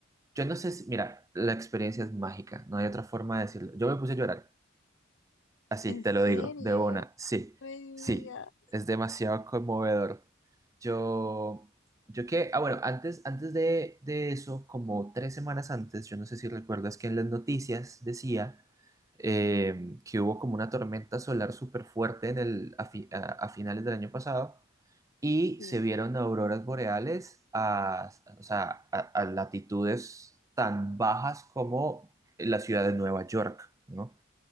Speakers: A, on the right (about 15°); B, on the left (about 65°).
A: Yo no sé si, mira, la experiencia es mágica, no hay otra forma de decirlo. Yo me puse a llorar, así,
B: ¿En
A: te
B: serio?
A: lo digo, de una, sí,
B: No Me diga.
A: sí, es demasiado conmovedor. Yo, yo que, ah, bueno, antes, antes de, de eso, como tres semanas antes, yo no sé si recuerdas que en las noticias decía eh, que hubo como una tormenta solar súper fuerte en el, a, fi- a a finales del año pasado y
B: Sí.
A: se vieron auroras boreales a, o sea, a, a latitudes tan bajas como la ciudad de Nueva York, ¿no?